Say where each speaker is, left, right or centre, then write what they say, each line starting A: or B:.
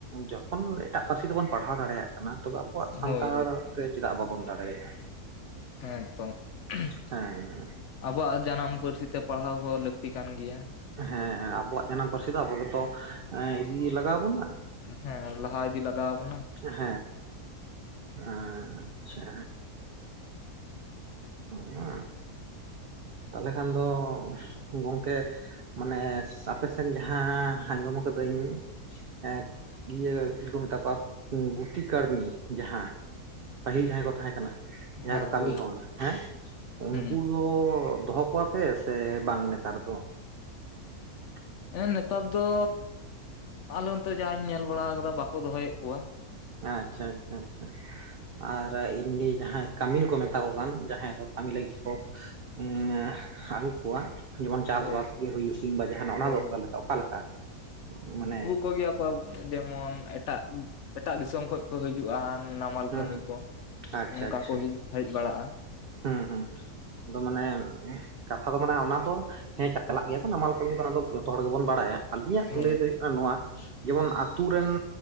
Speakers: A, on the right; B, on the left.
A: ᱡᱚᱠᱷᱚᱱ ᱮᱴᱟᱜ ᱯᱟᱹᱨᱥᱤ ᱛᱮᱵᱚᱱᱼᱼ ᱯᱟᱲᱦᱟᱣ ᱫᱟᱲᱮᱭᱟᱜ ᱠᱟᱱᱟ ᱛᱚᱵᱮ ᱟᱵᱚᱣᱟᱜ ᱥᱟᱱᱛᱟᱲ
B: ᱦᱳᱭ
A: ᱛᱮ ᱪᱮᱫᱟᱜ ᱵᱟᱵᱚᱱ ᱫᱟᱲᱮᱭᱟᱜ-ᱟ
B: ᱮᱠᱫᱚᱢ <unintelligible>
A: ᱦᱮᱸᱻ
B: ᱟᱵᱚᱣᱟᱜ ᱡᱟᱱᱟᱢ ᱯᱟᱹᱨᱥᱤ ᱛᱮ ᱯᱟᱲᱦᱟᱣ ᱦᱚᱸ ᱞᱟᱹᱠᱛᱤ ᱠᱟᱱ ᱜᱮᱭᱟ᱾
A: ᱦᱮᱸ ᱟᱵᱚᱣᱟᱜ ᱡᱟᱱᱟᱢ ᱯᱟᱹᱨᱥᱤ ᱫᱚ ᱟᱵᱚ ᱜᱮᱛᱚ ᱤᱫᱤ ᱞᱟᱜᱟᱣ ᱵᱚᱱᱟ᱾
B: ᱦᱮᱸ ᱞᱟᱦᱟ ᱤᱫᱤ ᱞᱟᱜᱟᱣ ᱟᱵᱚᱱᱟ᱾
A: ᱦᱮᱸᱻ ᱟᱪᱪᱷᱟ᱾ ᱦᱮ ᱛᱟᱦᱞᱮ ᱠᱷᱟᱱ ᱫᱚ ᱜᱚᱝᱠᱮᱼᱼ ᱢᱟᱱᱮ ᱥᱟᱯᱮ ᱥᱮᱱ ᱡᱟᱦᱟᱸ ᱟᱸᱡᱚᱢ ᱠᱟᱹᱫᱟᱹᱧᱼᱼ ᱦᱮᱸ ᱤᱭᱟᱹ ᱪᱮᱫ ᱠᱚ ᱢᱮᱛᱟ ᱠᱚᱣᱟ ᱜᱩᱛᱤ ᱠᱟᱹᱲᱢᱤ ᱡᱟᱦᱟᱸᱼᱼ ᱯᱟᱹᱦᱤᱞ ᱡᱟᱦᱟᱸᱭ ᱠᱚ ᱛᱟᱦᱮᱸ ᱠᱟᱱᱟ ᱡᱟᱦᱟᱸᱭ
B: ᱦᱮᱸ
A: ᱫᱚ ᱠᱟᱹᱢᱤ
B: ᱦᱳᱭ
A: ᱦᱚᱲ᱾ ᱦᱮᱸ ᱩᱱᱠᱩ
B: ᱦᱩᱸ
A: ᱫᱚ ᱫᱚᱦᱚ ᱠᱚᱣᱟ ᱯᱮ ᱥᱮ ᱵᱟᱝ ᱱᱮᱛᱟᱨ ᱫᱚ? <inaudible>
B: ᱦᱮᱸ ᱱᱮᱛᱟᱨ ᱫᱚ ᱟᱞᱮ ᱱᱚᱛᱮ ᱡᱟᱦᱟᱧ ᱧᱮᱞ ᱵᱟᱲᱟ ᱟᱠᱟᱫᱟ ᱵᱟᱠᱚ ᱫᱚᱦᱚᱭᱮᱜ ᱠᱚᱣᱟ᱾
A: ᱟᱪᱪᱷᱟ ᱟᱪᱪᱷᱟ ᱟᱪᱪᱷᱟ ᱟᱨ ᱮᱢᱱᱤ ᱡᱟᱦᱟᱸᱭ ᱠᱟᱹᱢᱤᱱ ᱠᱚ ᱢᱮᱛᱟ ᱠᱚ ᱠᱟᱱ ᱡᱟᱦᱟᱸᱭ ᱫᱚ ᱠᱟᱹᱢᱤ ᱞᱟᱹᱜᱤᱫ ᱠᱚᱼᱼ ᱩᱸᱻ ᱟᱜᱩ ᱠᱚᱣᱟ᱾ ᱡᱮᱢᱚᱱ ᱪᱟᱥ
B: ᱦᱳᱭ
A: ᱵᱟᱥ ᱜᱮ ᱦᱩᱭᱩᱜ ᱠᱤᱝᱵᱟ ᱡᱟᱦᱟᱱᱟᱜ ᱚᱱᱟ
B: ᱦᱳᱭ
A: ᱫᱚ ᱚᱠᱟ
B: ᱦᱳᱭ
A: ᱚᱠᱟ ᱞᱮᱠᱟ ᱢᱟᱱᱮᱼᱼ
B: ᱠᱚ ᱜᱮᱭᱟ ᱠᱚ᱾ ᱡᱮᱢᱚᱱ ᱮᱴᱟᱜ, ᱮᱴᱟᱜ ᱫᱤᱥᱚᱢ ᱠᱷᱚᱡᱼᱼ ᱠᱚ ᱦᱤᱡᱩᱜᱼᱟ ᱱᱟᱢᱟᱞ
A: ᱦᱮᱸ
B: ᱠᱟᱹᱢᱤ ᱠᱚ,
A: ᱟᱪᱪᱷᱟ
B: ᱚᱱᱠᱟ
A: ᱟᱪᱪᱷᱟ
B: ᱠᱚ ᱦᱟ ᱦᱮᱡ ᱵᱟᱲᱟᱜᱼᱟ ᱾
A: ᱦᱩᱸ ᱦᱩᱸ ᱟᱫᱚ ᱢᱟᱱᱮ ᱠᱟᱛᱷᱟ ᱫᱚ ᱢᱟᱱᱮ ᱚᱱᱟ ᱫᱚ ᱦᱮᱸ ᱪᱟᱞᱟᱜ ᱜᱮᱭᱟ ᱠᱚ ᱱᱟᱢᱟᱞ ᱠᱟᱹᱢᱤ ᱫᱚ, ᱟᱫᱟ ᱡᱷᱚᱛᱚ ᱦᱚᱲ ᱜᱮᱵᱚᱱ ᱵᱟᱲᱟᱭᱟ, ᱟᱹᱞᱤᱧᱟᱜ
B: ᱦᱮᱸ
A: ᱞᱟᱹᱭ ᱫᱚ ᱦᱩᱭᱩᱜ ᱠᱟᱱᱟ ᱱᱚᱣᱟ, ᱡᱮᱢᱚᱱ ᱟᱛᱳ ᱨᱮᱱ